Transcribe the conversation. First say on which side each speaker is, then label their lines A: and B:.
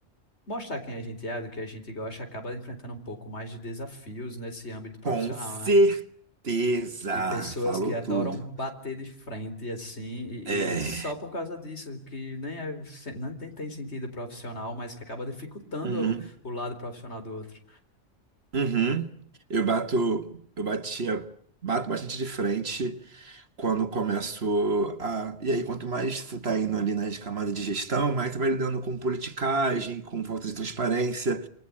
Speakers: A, on the left; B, on the right.
A: mostrar quem a gente é, do que a gente gosta, acaba enfrentando um pouco mais de desafios nesse âmbito profissional,
B: com certeza,
A: né? E pessoas
B: falou
A: que adoram
B: tudo.
A: bater de frente, assim, e,
B: É,
A: e só por causa disso, que nem é, nem tem, tem sentido profissional, mas que acaba dificultando
B: uhum,
A: o, o lado profissional do outro.
B: uhum. Eu bato, eu batia, bato bastante de frente quando começo a. E aí, quanto mais você tá indo ali nas camadas de gestão, mais você vai lidando com politicagem, com falta de transparência.